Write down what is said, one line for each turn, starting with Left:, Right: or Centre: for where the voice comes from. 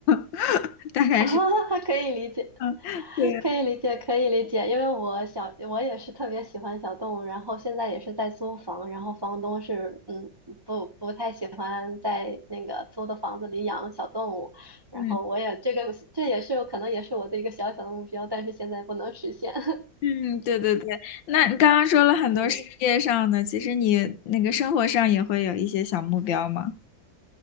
Left: <laughs> 大概是
Right: <laughs> 啊，可以理解，
Left: <laughs> 对，
Right: 可以理解，可以理解，因为我小，我也是特别喜欢小动物，然后现在也是在租房，然后房东是，嗯，不不太喜欢在那个租的房子里养小动物，然后我也这个这也是可能也是我的一个小小的目标，
Left: 嗯
Right: 但是现在不能实现，<laughs>
Left: 嗯，对对对。那你刚刚说了很多事业上的，
Right: 嗯
Left: 其实你那个生活上也会有一些小目标吗？